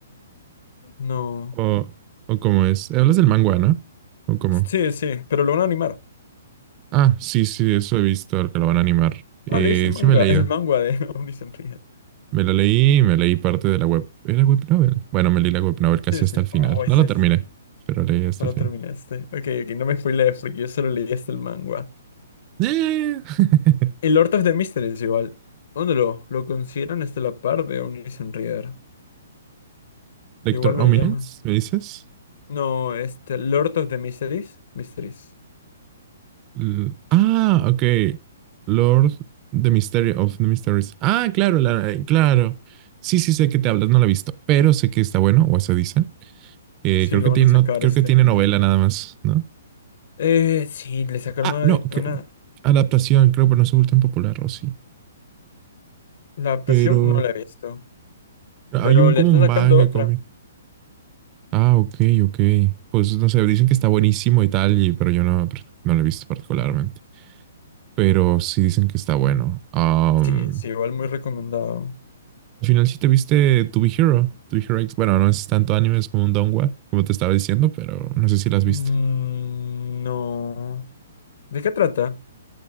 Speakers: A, on the left; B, on the right.
A: no.
B: O, o cómo es. Hablas del manga, ¿no? ¿O cómo?
A: Sí, sí, pero lo van a animar.
B: Ah, sí, sí, eso he visto, el que lo van a animar. Eh,
A: Ah, leíste el
B: sí
A: manga,
B: me he leído.
A: el manga de <laughs> Omniscient Reader.
B: Me la leí me leí parte de la web. ¿Era web novel? Bueno, me leí la web novel casi
A: Sí, sí.
B: hasta el final.
A: Oh, ese
B: No la
A: es.
B: terminé, pero leí hasta
A: No lo
B: el final.
A: terminaste. Ok, ok, no me spoilees porque yo solo leí hasta el manga.
B: Eh. <laughs>
A: El Lord of the Mysteries igual. ¿Dónde lo, lo consideran hasta la par de Omniscient Reader?
B: Lector
A: Igual lo
B: Ominence,
A: llaman.
B: ¿me dices?
A: No, este, Lord of the Mysteries. Mysteries.
B: L- ah, ok. Lord The Mystery of the Mysteries. Ah, claro, la- claro. Sí, sí, sé que te hablas, no la he visto, pero sé que está bueno, o eso dicen. Eh,
A: Sí,
B: creo
A: lo
B: que tiene,
A: van a sacar
B: no, creo
A: este
B: que tiene
A: anime.
B: novela nada más, ¿no?
A: Eh, sí, le sacaron
B: Ah,
A: una,
B: no,
A: adi-
B: que-
A: una...
B: adaptación, creo, pero no se vuelve tan popular, o sí.
A: La adaptación
B: Pero
A: no la he visto,
B: hay
A: pero
B: un
A: le
B: como
A: está
B: manga
A: sacando otra.
B: cómic. Ah, ok, ok. Pues no sé, dicen que está buenísimo y tal, y, pero yo no, no lo he visto particularmente. Pero sí dicen que está bueno. Am,
A: Sí, es igual muy recomendado.
B: al final sí te viste To Be Hero, To Be Hero X. Bueno, no es tanto anime, es como un donghua, como te estaba diciendo, pero no sé si las
A: Mm,
B: viste.
A: no. ¿De qué trata?